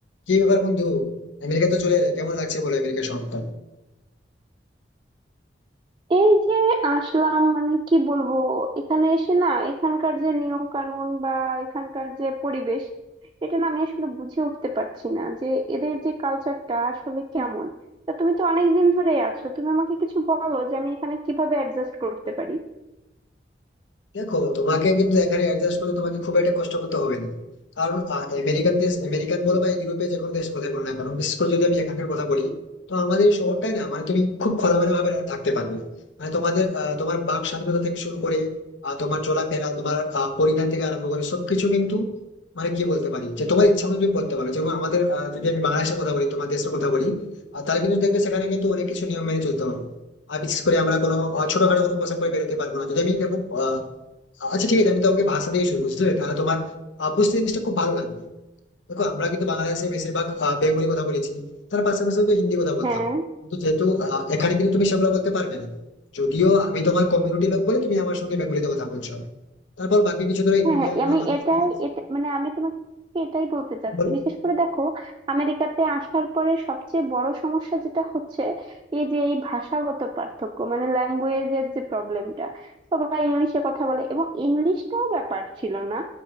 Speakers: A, on the left; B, on the right.
A: কি ব্যাপার বন্ধু আমেরিকা তো চলে এলে কেমন লাগছে বলো আমেরিকা শহরটা
B: এই যে আসলাম মানে কি বলবো এখানে এসে না এখানকার যে নিয়ম কানুন বা এখানকার যে পরিবেশ এটা না আমি আসলে বুঝে উঠতে পারছি না যে এদের যে কালচারটা আসলে কেমন তা তুমি তো অনেক দিন ধরেই আছো তুমি আমাকে কিছু বলো যে আমি এখানে কিভাবে অ্যাডজাস্ট করতে পারি
A: দেখো তোমাকে কিন্তু এখানে অ্যাডজাস্ট করে তোমাকে খুব একটা কষ্ট করতে হবে না কারণ আহ, আমেরিকান দেশ আমেরিকান বলো বা ইউরোপের যে কোনো দেশ কথা বলো না কেন বিশেষ করে যদি আমি এখানকার কথা বলি তো আমাদের এই শহরটাই না মানে তুমি খুব খোলামেলা ভাবে থাকতে পারবে মানে তোমাদের আহ, তোমার বাক স্বাধীনতা থেকে শুরু করে আহ, তোমার চলাফেরা তোমার আহ, পরিধান থেকে আরম্ভ করে সবকিছু কিন্তু মানে কি বলতে পারি যে তোমার ইচ্ছা মতো তুমি করতে পারো যেমন আমাদের আহ, যদি আমি বাংলাদেশের কথা বলি তোমার দেশের কথা বলি আর তারা কিন্তু দেখবে সেখানে কিন্তু অনেক কিছু নিয়ম মেনে চলতে হয় আর বিশেষ করে আমরা কোনো আহ, ছোটখাটো কোনো পোশাক পরে বেরোতে পারবো না যদি আমি দেখো আহ, আচ্ছা ঠিক আছে আমি তোমাকে ভাষা দিয়ে শুরু করছি তাহলে তোমার আহ, বুঝতে জিনিসটা খুব ভালো লাগবে দেখো আমরা কিন্তু বাংলাদেশে বেশিরভাগ আহ, বেঙ্গলি কথা বলেছি তার পাশাপাশি তো হিন্দি কথা বলতাম
B: হ্যাঁ
A: কিন্তু যেহেতু আহ, এখানে কিন্তু তুমি সেগুলো বলতে পারবে না যদিও আমি তোমার কমিউনিটি লোক বলে তুমি আমার সঙ্গে বেঙ্গলিতে কথা বলছো তারপর বাকি কিছু ধরো
B: হ্যাঁ
A: ইন্ডিয়ান
B: হ্যাঁ আমি
A: বা পাকিস্তানি
B: এটাই এটা মানে আমি তোমাকে এটাই বলতে চাচ্ছি
A: বলো
B: বিশেষ করে দেখো আমেরিকাতে আসার পরে সবচেয়ে বড় সমস্যা যেটা হচ্ছে এই যে এই ভাষাগত পার্থক্য মানে ল্যাঙ্গুয়েজের যে প্রবলেমটা সবাই ইংলিশে কথা বলে এবং ইংলিশটাও ব্যাপার ছিল না